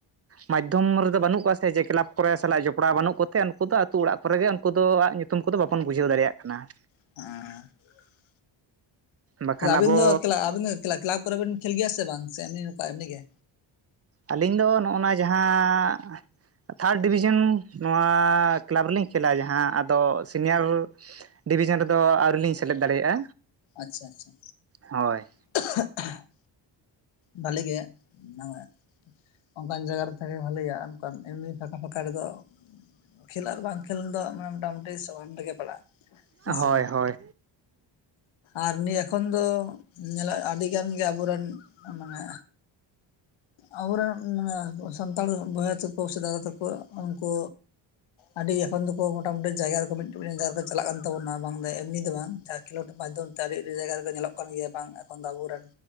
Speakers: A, on the right; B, on the left.
A: ᱢᱟᱫᱽ ᱫᱷᱚᱢ ᱨᱮᱫᱚ ᱵᱟᱹᱱᱩᱜ ᱠᱚᱣᱟ ᱥᱮ ᱡᱮ ᱠᱞᱟᱵᱽ ᱠᱚᱨᱮ ᱥᱟᱞᱟᱜ ᱡᱚᱯ ᱲᱟᱣ ᱵᱟᱹᱱᱩᱜ ᱠᱚᱛᱮ ᱩᱱᱠᱩ ᱫᱚ ᱟᱹᱛᱩ ᱚᱲᱟᱜ ᱠᱚᱨᱮ ᱜᱮ ᱩᱱᱠᱩ ᱟᱣᱟᱜ ᱧᱩᱛᱩᱢ ᱠᱚ ᱫᱚ ᱵᱟᱵᱚᱱ ᱵᱩᱡᱷᱟᱹᱣ ᱫᱟᱲᱮ ᱭᱟᱜ ᱠᱟᱱᱟ᱾
B: <unintelligible>
A: ᱵᱟᱠᱷᱟᱱ
B: ᱟᱹᱵᱤᱱ
A: ᱟᱵᱚ
B: ᱫᱚ ᱠᱮᱞᱟ ᱟᱵᱤᱱ ᱫᱚ ᱠᱮᱞᱟᱯ ᱠᱚ ᱨᱮ ᱵᱤᱱ ᱠᱷᱮᱞ ᱜᱮᱭᱟ ᱥᱮ ᱵᱟᱝ ᱥᱮ ᱮᱢᱱᱤ ᱱᱚᱠᱟ ᱮᱢᱱᱤ ᱜᱮ?
A: ᱟᱹᱞᱤᱧ ᱫᱚ ᱱᱚᱜᱼᱱᱟ ᱡᱟᱦᱟᱸ ᱛᱷᱟᱨᱰ ᱰᱤᱵᱷᱤ ᱥᱮᱱ ᱱᱚᱣᱟ ᱠᱞᱟᱵᱽ ᱨᱮᱞᱤᱧ ᱠᱷᱮᱞ-ᱟ ᱡᱟᱦᱟᱸ ᱟᱫᱚ ᱥᱤᱱᱤᱭᱟᱨ ᱰᱤᱵᱷᱤᱥᱮᱱ ᱨᱮ ᱫᱚ ᱟᱹᱣᱨᱤ ᱞᱤᱧ ᱥᱮᱞᱮᱫ ᱫᱟᱲᱮᱭᱟᱜᱼᱟ
B: ᱟᱪᱪᱷᱟ ᱟᱪᱪᱷᱟ
A: ᱦᱳᱭ
B: <unintelligible> ᱵᱷᱟᱞᱤ ᱜᱮ <unintelligible> ᱚᱱᱠᱟᱱ ᱡᱟᱭᱜᱟ ᱨᱮ ᱛᱟᱦᱮ ᱜᱮ ᱵᱷᱟᱹᱞᱮᱭᱟ ᱚᱱᱠᱟᱱ ᱮᱢᱱᱤ ᱯᱷᱟᱸᱠᱟ ᱯᱷᱟᱸᱠᱟ ᱨᱮ ᱫᱚ ᱠᱷᱮᱞ ᱟᱨ ᱵᱟᱝ ᱠᱷᱮᱞ ᱫᱚ ᱢᱚᱴᱟ ᱢᱩᱴᱤ ᱥᱟᱢᱟᱱ ᱨᱮ ᱜᱮ ᱯᱟᱲᱟᱜᱼᱟ ᱦᱮᱸᱥᱮ
A: ᱦᱳᱭ ᱦᱳᱭ
B: ᱟᱨ ᱱᱤᱭᱟᱹ ᱮᱠᱷᱚᱱ ᱫᱚ ᱧᱮᱞᱚᱜ ᱟᱹᱰᱤ ᱜᱟᱱ ᱜᱮ ᱟᱵᱚ ᱨᱮᱱ ᱢᱟᱱᱮ ᱟᱵᱚ ᱨᱮᱱ ᱢᱟᱱᱮ ᱥᱟᱱᱛᱟᱲ ᱵᱚᱭᱦᱟ ᱛᱟ ᱠᱚ ᱥᱮ ᱫᱟᱫᱟ ᱛᱟᱠᱚ ᱩᱱ ᱠᱩ ᱟᱹᱰᱤ ᱦᱚᱲ ᱫᱚ ᱠᱚ ᱢᱚᱴᱟ ᱢᱩᱴᱤ ᱡᱟᱭᱜᱟ ᱨᱮ ᱠᱚ ᱢᱤᱫ ᱴᱮᱱ ᱡᱟᱭᱜᱟ ᱨᱮ ᱠᱚ ᱪᱟᱞᱟᱜ ᱠᱟᱱ ᱛᱟᱵᱚ ᱱᱟ ᱵᱟᱝ ᱫᱚ ᱮᱢ ᱱᱤ ᱫᱚ ᱵᱟᱝ ᱠᱷᱮᱞᱳᱰ ᱢᱟᱫᱽᱫᱷᱚᱢ ᱛᱮ ᱟᱹᱰᱤ ᱟᱹᱰᱤ ᱡᱟᱭᱜᱟ ᱨᱮ ᱠᱚ ᱧᱮᱞᱚᱜ ᱠᱟᱱ ᱜᱮᱭᱟ ᱵᱟᱝ ᱮᱠᱷᱚᱱ ᱫᱚ ᱟᱵᱚ ᱨᱮᱱ